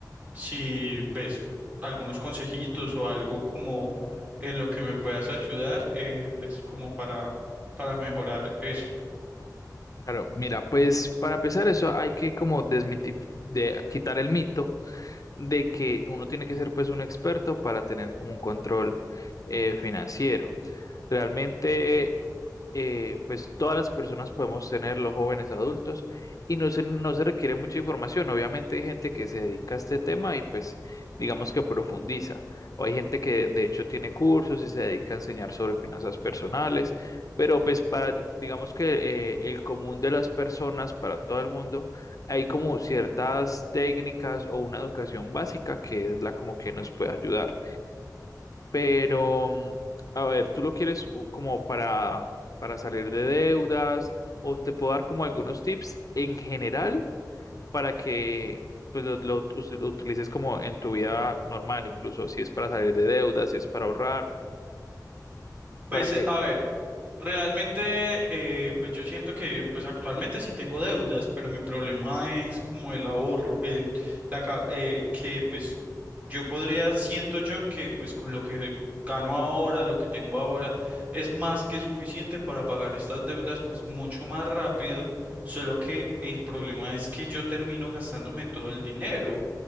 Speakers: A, on the right (about 25°); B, on the left (about 50°).
A: si pues algunos consejitos o algo como en lo que me puedas ayudar, eh, pues como para, para mejorar eso.
B: Claro, mira, pues para empezar eso hay que como desmitif de quitar el mito de que uno tiene que ser pues un experto para tener como un control eh, financiero. Realmente eh, pues todas las personas podemos tener, los jóvenes adultos, y no se, no se requiere mucha información. Obviamente hay gente que se dedica a este tema y pues digamos que profundiza. O hay gente que de hecho tiene cursos y se dedica a enseñar sobre finanzas personales, pero pues para, digamos que eh, el común de las personas, para todo el mundo, hay como ciertas técnicas o una educación básica que es la como que nos puede ayudar. Pero, mm, a ver, ¿tú lo quieres u- como para, para salir de deudas? ¿O te puedo dar como algunos tips en general para que pues, lo, lo ut- lo utilices como en tu vida normal, incluso si es para salir de deudas, si es para ahorrar,
A: Pues
B: para que...
A: eh, a ver. Realmente, eh, pues yo siento que pues actualmente sí tengo deudas, pero mi problema es como el ahorro, que, el- la, ca- eh, que pues yo podría, siento yo que pues con lo que gano ahora, lo que tengo ahora, es más que suficiente para pagar estas deudas pues mucho más rápido, solo que el problema es que yo termino gastándome todo el dinero.